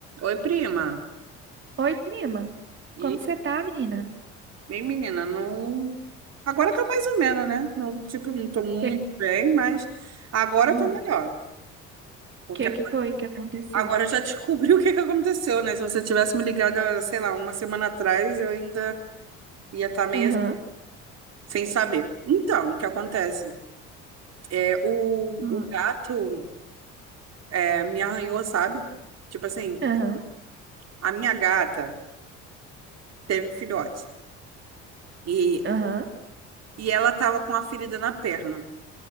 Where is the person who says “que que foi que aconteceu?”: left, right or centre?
Right